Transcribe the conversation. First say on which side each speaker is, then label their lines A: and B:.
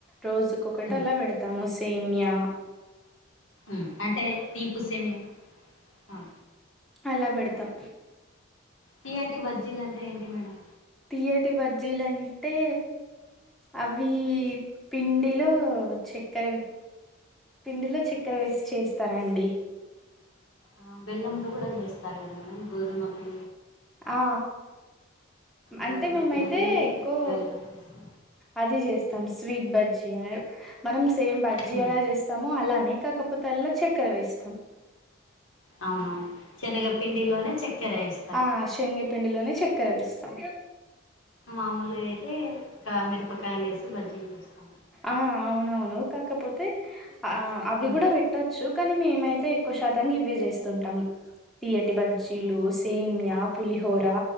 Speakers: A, in the centre; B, on the left.
A: రోజుకు ఒకటి
B: ఉమ్
A: అలా పెడతాము సే మ్యా
B: మ్ అంటే తీపు సేమ్యా అ
A: అలా బెడతాం.
B: తియ్యటి బజ్జీలంటే ఏంటి మేడం
A: తీయ్యటి బజ్జీలంటే అవి పిండిలో చెక్కర పిండిలో చెక్కర వేసి చేస్తారాండి.
B: ఆ బెల్లంతో కూడా చేస్తారు కదా మేమ్ గోధుమ పి
A: ఆ
B: గోధుమ
A: అంటే మేమైతే
B: పిండి
A: ఎక్కువ
B: బెల్లం వేసి
A: అది చేస్తాం స్వీట్ బజ్ చీయ మనం సేమ్ బజ్జి
B: ఉమ్
A: ఎలా చేస్తామో అలానే కాకపోతే అల్ల చ క్కర వేస్తాం.
B: అవునవును చనగ పిండిలోనే చక్కెర ఎస్
A: ఆ సిన్ని పిండిలోనే చెక్కెర వేస్తాం.
B: మామూలుగా అయితే క మిరపకాయలు ఎసి బజ్జీ చేస్తాం
A: ఆ అవునవును కాకపోతే ఆ అవి
B: ఉమ్
A: కూడా పెట్టొచ్చు. కాని మేమైతే ఎక్కువ శాతంగా గివే చేస్తుంటాం తీయ్యటి బజ్జీలు
B: అవునులేండి
A: సేమ్యా పులిహోరా